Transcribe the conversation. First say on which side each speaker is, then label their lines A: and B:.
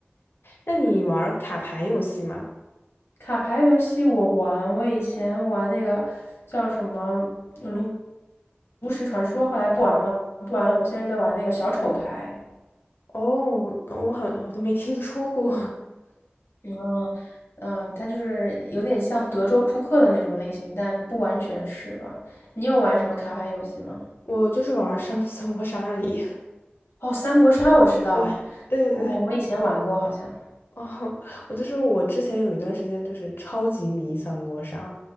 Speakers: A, on the left; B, on the left.
A: 那你玩儿卡牌游戏吗？
B: 卡牌游戏我玩，我以前玩那个叫什么呃炉炉石传说，后来不玩了，不玩了。我现在又在玩那个小丑牌，
A: 哦，我好像我都没听说过，
B: 嗯嗯，它就是有点像德州扑克的那种类型，但不完全是吧？你有玩什么卡牌游戏吗？
A: <laughs> 我就是玩儿三三国杀而已。
B: 哦，三国杀我知道，
A: <laughs> 对对对。
B: 我我以前玩过，好像，
A: 哦，<laughs> 我就是我之前有一段时间就是超级迷三国杀，